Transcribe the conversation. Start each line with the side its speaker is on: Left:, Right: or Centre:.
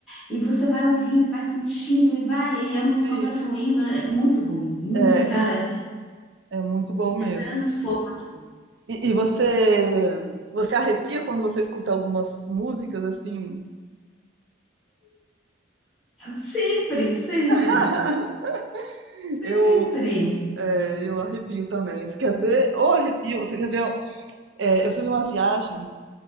Centre: e você vai ouvindo, e vai sentindo, e vai, e a emoção
Right: sim.
Centre: vai fluindo. É muito bom. Música.
Right: É,
Centre: é
Right: É muito bom mesmo.
Centre: Transformador.
Right: E, e você, você arrepia quando você escuta algumas músicas assim?
Centre: Sempre, sempre,
Right: <laughs>
Centre: sempre.
Right: Eu, é, eu arrepio também. Você quer ver? Ou arrepio, você quer ver? É, eu fiz uma viagem